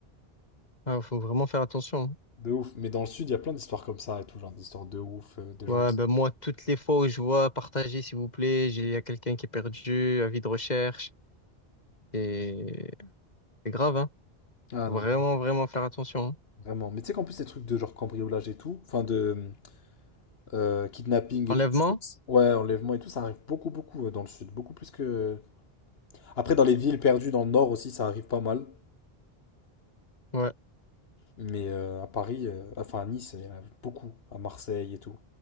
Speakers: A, on the left; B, on the left.
A: Ah, faut vraiment faire attention.
B: De ouf. Mais dans le sud, il y a plein d'histoires comme ça et tout. Genre, des histoires de ouf, euh, de
A: Ouais,
B: gens qui.
A: ben moi, toutes les fois où je vois partager, s'il vous plaît, j'ai il y a quelqu'un qui est perdu, avis de recherche. Et c'est grave, hein.
B: Ah
A: Vraiment,
B: non.
A: vraiment faire attention. hein.
B: Vraiment. Mais tu sais qu'en plus, ces trucs de genre cambriolage et tout, enfin de euh, kidnapping
A: Enlèvement?
B: et tout, je trouve que c'est- ouais, enlèvement et tout, ça arrive beaucoup, beaucoup euh, dans le sud. Beaucoup plus que. Après, dans les villes perdues dans le nord aussi, ça arrive pas mal.
A: Ouais.
B: Mais euh, à Paris, euh, enfin à Nice, il y en a beaucoup. À Marseille et tout.